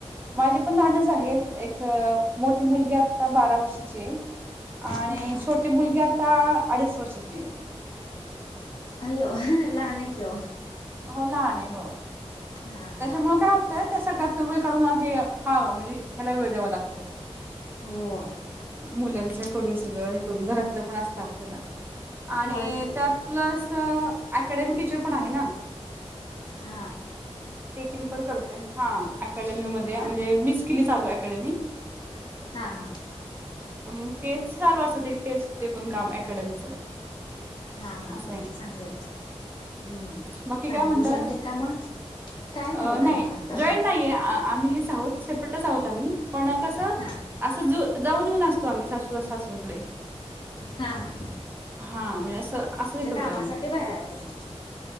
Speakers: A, on the right; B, on the left.
A: माझे पण लहानच आहेत, एक मोठी मुलगी आता बारा वर्षाची आहे. आणि
B: हा हा
A: छोटी मुलगी आता अडीच वर्षाची आहे.
B: अय्यो हं लहान आहे की ओ
A: हो लहान आहे हो.
B: हा
A: त्याच्यामुळं
B: हा
A: काय होतंय ते सगळ्यातन वेळ काढून हे हा म्हणजे ह्याला वेळ द्यावा लागतो.
B: हो
A: मुलांच करून सगळं हे करून घरातलं पण असतं आपल्याला आणि
B: होयच की
A: त्यात प्लस अकॅडमी टीचर पण आहे ना,
B: हां,
A: टीचिंग पण करते. हा अकॅडमी मध्ये
B: हा
A: म्हणजे मिच केली चालू अकॅडमी.
B: हा हा,
A: मग तेच चालू असतं तेच ते पण काम अकॅडमीचं.
B: हां हां
A: असं
B: हां,
A: आहे.
B: चांगलं आहे. हम्म,
A: बाकी
B: फॅमिली
A: काय म्हणता
B: जॉईट आहे का मग? काय
A: अ
B: बघा
A: नाही.
B: निवांत
A: जॉइंट नाहीये अ आम्ही हेस आहोत सेपरेटच आहोत आम्ही पण कसं
B: हा
A: असं जु जाऊन येऊन असतो आम्ही सासू सासऱ्याकडे
B: हां हां,
A: हां म्हणजे असं असं हे करतो
B: कामासाठी
A: आम्ही.
B: बाहेर आहात तुम्ही